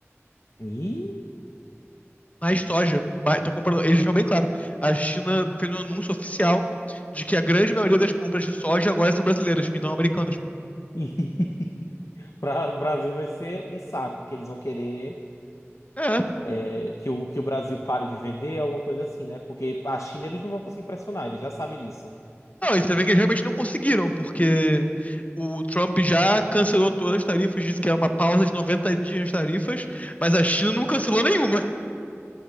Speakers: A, on the left; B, on the left.
A: Ih!
B: Mais soja. Mais, tá comprando, eles deixaram bem claro. A China fez um anúncio oficial de que a grande maioria das compras de soja agora são brasileiras e não americanas.
A: <laughs> Para o Brasil vai ser um saco, que eles vão querer
B: É.
A: é, que o, que o Brasil pare de vender, alguma coisa assim, né? Porque a China eles não vão conseguir pressionar, eles já sabem disso.
B: Não, e você vê que eles realmente não conseguiram, porque o Trump já cancelou todas as tarifas, disse que é uma pausa de 90 dias nas tarifas, mas a China não cancelou nenhuma. <laughs>